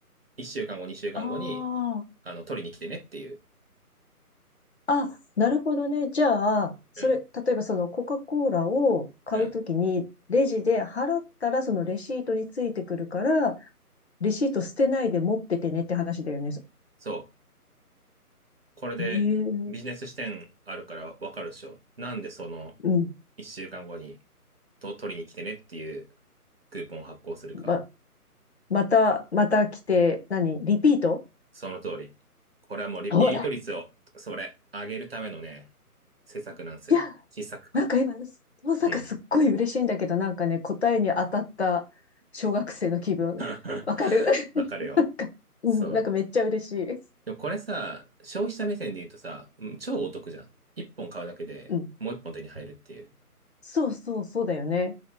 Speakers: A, on the right; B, on the left.
A: 1週間後、2週間後に、
B: ああ、
A: あの、取りに来てねっていう。
B: あ、なるほどね。じゃあ、それ、
A: うん、
B: 例えばそのコカ・コーラを買うときに、
A: うん。
B: レジで払ったらそのレシートについてくるから、レシート捨てないで持っててねって話だよね。
A: そう。これで、
B: ええ
A: ビジネス視点あるからわかるでしょ。なんでその、
B: うん
A: 1週間後に、と、取りに来てねっていうクーポンを発行するか。
B: ままた、また来て、何リピート
A: その通り。これはもうリピート率を、
B: ほら。
A: それ、上げるためのね、施策なんですよ。
B: いや、
A: 施策か。
B: なんか今、まさかすっごい嬉しいんだけど、
A: うん。
B: なんかね、答えに当たった小学生の気分。
A: <laughs>
B: わかる <laughs>
A: わかるよ。
B: なんか、うん、
A: そう。
B: なんかめっちゃ嬉しい。
A: でもこれさ、消費者目線で言うとさ、うん超お得じゃん。一本買うだけでもう一本手に入るっていう。
B: うん。そうそう、そうだよね。